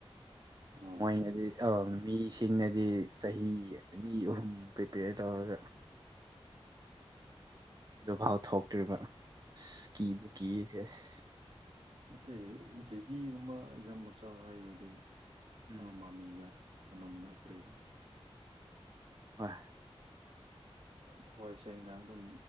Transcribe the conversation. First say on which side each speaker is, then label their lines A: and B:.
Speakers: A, on the right; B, on the right.
A: ꯑꯣ
B: ꯃꯣꯏꯅꯗꯤ ꯑ ꯃꯤꯁꯤꯡꯅꯗꯤ ꯆꯍꯤ ꯑꯅꯤ ꯑꯍꯨꯝ ꯄ꯭ꯔꯤꯄꯦꯌꯔ ꯇꯧꯔꯒ ꯚꯥꯎ ꯊꯣꯛꯇ꯭ꯔꯤꯕ ꯑꯁ ꯀꯤꯕꯨ ꯀꯤ ꯌꯦꯁ
A: ꯅꯠꯇꯦ ꯖꯤꯦ ꯗꯤꯒꯨꯝꯕ ꯑꯦꯛꯖꯥꯝ ꯃꯆꯥ ꯍꯥꯏꯕꯗꯤ
B: ꯎꯝ
A: ꯊꯥ ꯃꯥꯅꯤꯗ ꯃꯅꯨꯡꯗ ꯀꯔꯤꯔ
B: ꯍꯣꯏ
A: ꯊꯋꯥꯏ ꯁꯦꯡꯅ ꯑꯗꯨꯝ